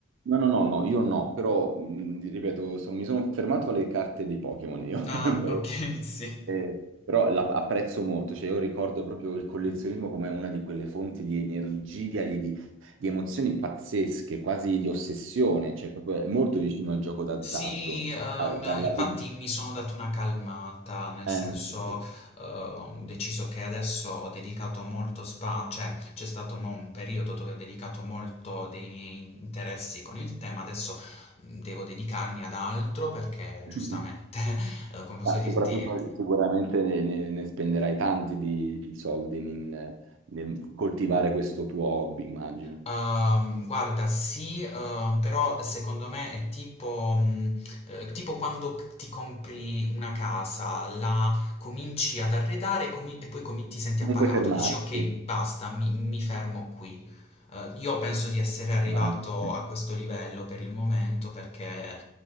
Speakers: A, on the right (about 70°); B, on the left (about 30°).
A: No, no, no, no, io no, però mh, ripeto, sono- mi sono fermato alle carte dei Pokémon io.
B: Ah,
A: <laughs> Beh,
B: ok, <laughs> sì.
A: eh, però la- apprezzo molto, cioè io ricordo proprio il collezionismo come una di quelle fonti di energia, di, di- di emozioni pazzesche, quasi di ossessione, cioè proprio è molto vicino al gioco d'azzardo.
B: Sì, ehm,
A: Ah, guarda,
B: no, infatti
A: che-
B: mi sono dato una calmata, nel
A: eh,
B: senso,
A: sì, sì.
B: eh, ho deciso che adesso ho dedicato molto spazio, cioè c'è stato mo un periodo dove ho dedicato molto dei miei interessi con il tema, adesso mh, devo dedicarmi ad altro perché
A: <laughs>
B: giustamente, <laughs> eh, come posso
A: Ma
B: dirti,
A: soprattutto eh, sicuramente ne, ne- ne spenderai tanti di, di soldi nel nel coltivare questo tuo hobby, immagino.
B: Ehm, guarda, sì, ehm, però secondo me è tipo, mh, eh, tipo quando c- ti compri una casa, la cominci ad arredare e, comi- e poi comi- ti senti appagato,
A: Non puoi fermarti,
B: dici ok, basta, mi, mi fermo qui. Eh, io penso di essere arrivato
A: fermarti.
B: a questo livello per il momento perché